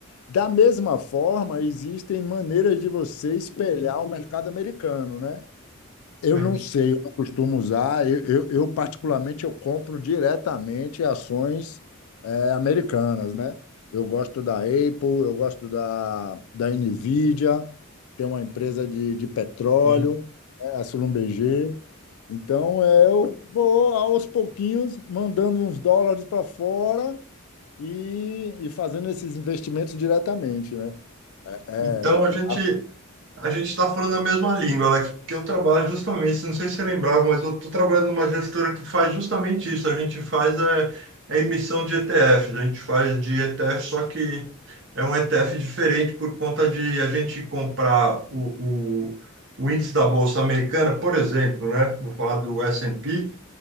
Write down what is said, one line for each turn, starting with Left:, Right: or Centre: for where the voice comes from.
Left: Da mesma forma, existem maneiras de você espelhar o mercado americano, né? Eu
Right: É
Left: não
Right: isso.
Left: sei, eu não costumo usar. Eu, eu, eu, particularmente, eu compro diretamente ações eh, americanas, né? Eu gosto da Apple, eu gosto da, da Nvidia, tem uma empresa de, de petróleo,
Right: Sim.
Left: eh, a Schlumberger. Então, eh, eu vou aos pouquinhos mandando uns dólares para fora e, e fazendo esses investimentos diretamente, né? É,
Right: Então, a gente A gente está falando a mesma língua, Alex, porque eu trabalho justamente, não sei se você lembrava, mas eu estou trabalhando numa gestora que faz justamente isso. A gente faz é, a emissão de ETFs, a gente faz de ETF, só que é um ETF diferente por conta de a gente comprar o, o, o índice da Bolsa Americana, por exemplo, né? Vou falar do S&P,